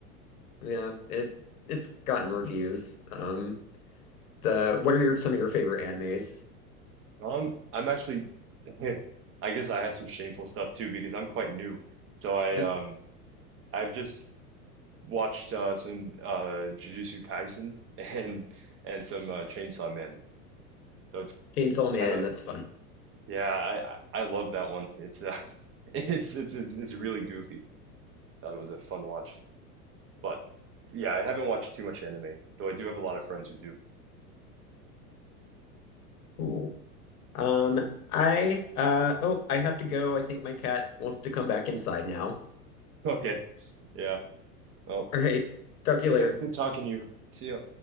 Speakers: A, on the left; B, on the right.
A: Yeah, it it's gotten reviews. Um, the what are your some of your favorite animes?
B: Um, I'm actually. <laughs> I guess I have some shameful stuff too because I'm quite new. So I
A: Mhm.
B: um I've just watched uh, some uh, Jujutsu Kaisen <laughs> and and some uh, Chainsaw Man. So it's
A: Chainsaw
B: kind
A: Man,
B: of
A: that's fun.
B: yeah, I I I love that one. It's uh, <laughs> it's it's it's it's really goofy. Thought it was a fun watch, but yeah, I haven't watched too much anime, though I do have a lot of friends who do.
A: Cool. Um.
B: Yeah. <laughs>
A: I uh oh, I have to go. I think my cat wants to come back inside now.
B: Okay. Yeah. Well,
A: All right. Talk to you later.
B: yeah. Good talking to you. See ya.